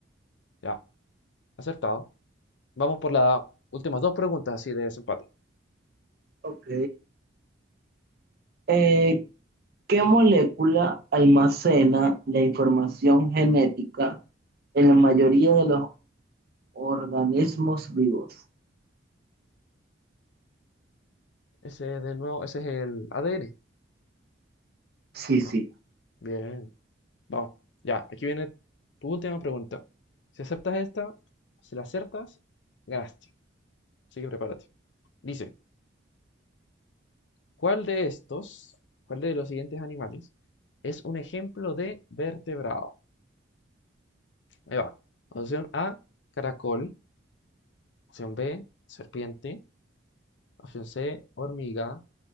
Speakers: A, on the left; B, on the right.
A: ya, acertado. Vamos por las últimas dos preguntas así de desempate.
B: Ok. Eh, ¿qué molécula almacena la información genética en la mayoría de los organismos vivos?
A: Ese de nuevo, ese es el ADN.
B: Sí,
A: ¿no?
B: sí.
A: Bien. Vamos, ya, aquí viene tu última pregunta. Si aceptas esta, si la acertas, ganaste. Así que prepárate. Dice, ¿cuál de estos, cuál de los siguientes animales es un ejemplo de vertebrado? Ahí va. Opción A, caracol. Opción B, serpiente. Opción C, hormiga.